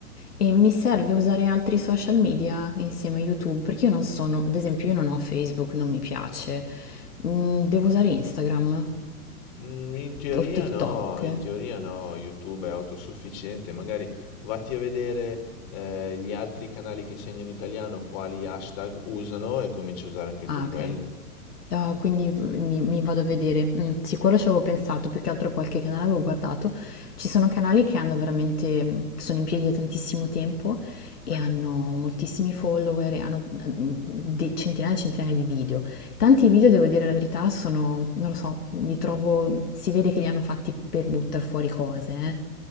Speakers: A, on the left; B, on the left.
A: E mi serve usare altri social media insieme a YouTube? Perché io non sono, ad esempio, io non ho Facebook, non mi piace. Mm, Devo usare Instagram
B: Mm, In teoria
A: o TikTok?
B: no, in teoria no, YouTube è autosufficiente, magari vatti a vedere eh, gli altri canali che insegnano italiano quali hashtag usano e cominci a usare anche
A: Ah,
B: tu
A: ok.
B: quelli.
A: Ah, quindi mi, mi vado a vedere. Mm, sì, quello ci avevo pensato, più che altro qualche canale avevo guardato. Ci sono canali che hanno veramente, mm, che sono in piedi da tantissimo tempo e hanno moltissimi follower, e hanno mm, de- centinaia e centinaia di video. Tanti video, devo dire la verità, sono, non lo so, li trovo, si vede che li hanno fatti per buttare fuori cose, eh.